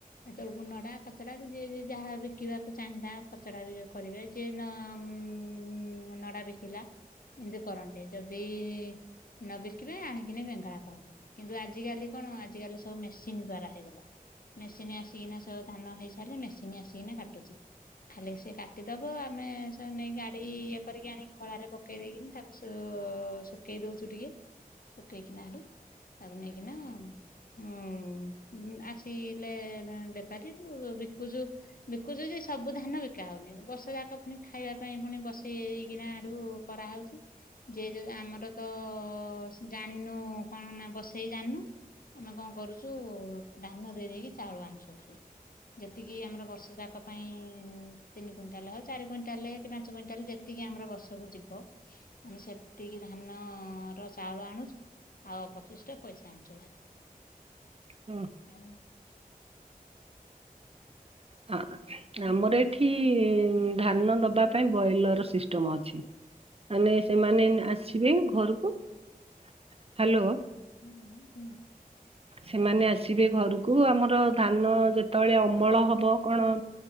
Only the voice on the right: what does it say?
ହୁଁ।
ହଁ ଆମର
ଏଠି ଧାନ ଦବା ପାଇଁ ବ୍ରଏଲର ସିଷ୍ଟମ ଅଛି। ମାନେ ସେମାନେ ଆସିବେ ଘରକୁ ହ୍ୟାଲୋ।
ସେମାନେ ଆସିବେ ଘରକୁ ଆମର ଧାନ ଯେତେବେଳେ ଅମଳ ହବ କଣ